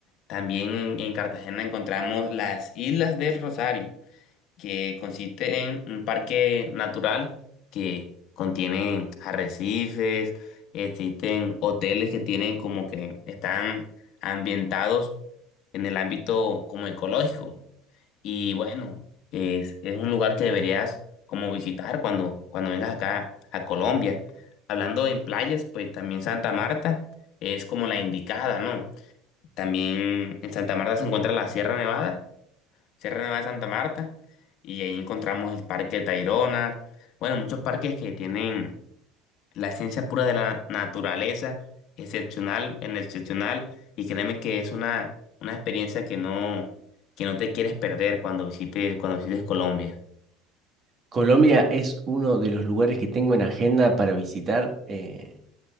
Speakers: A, on the left; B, on the right.
A: También en, en Cartagena encontramos las Islas del Rosario que consiste en un parque natural que contiene arrecifes, existen hoteles que tienen como que están ambientados en el ámbito como ecológico. Y bueno, es, es un lugar que deberías como visitar cuando, cuando vengas acá a Colombia. Hablando en playas, pues también Santa Marta es como la indicada, ¿no? También en Santa Marta se encuentra la Sierra Nevada Sierra Nevada de Santa Marta, y ahí encontramos el Parque Tayrona, bueno, muchos parques que tienen la esencia pura de la naturaleza, excepcional, en excepcional, y créeme que es una, una experiencia que no, que no te quieres perder cuando visites, cuando visites Colombia.
B: Colombia es uno de los lugares que tengo en agenda para visitar. eh,